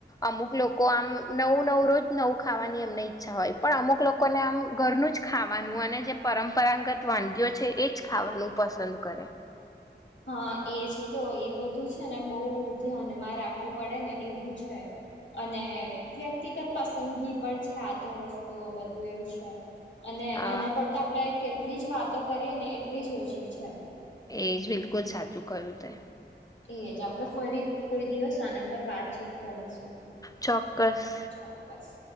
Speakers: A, on the left (about 20°); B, on the left (about 85°).
A: અમુક લોકો આમ નવું-નવું રોજ નવું ખાવાની અમને અચ્છા હોય પણ અમુક લોકોને આમ ઘરનું જ ખાવાનું અને જે પરંપરાગત વાનગીઓ છે એ જ ખાવાનું પસંદ કરે.
B: હા એજ તો એ બધું છે ને બહુ ધ્યાનમાં રાખવું પડે ને એવું છે અને વ્યક્તિગત પસંદગી પણ છે આ તો વસ્તુઓ બધું એવું છે. અને
A: હા
B: આના પર તો આપડે એટલી જ વાતો કરીએ ને એટલી જ ઓછી. છે
A: એજ બિલકુલ. જ સાચું કહ્યું તે
B: એજ આપણેે ફરી કોઈ દિવસ આના પર વાતચીત કરીશું
A: ચોક્કસ
B: ચોક્કસ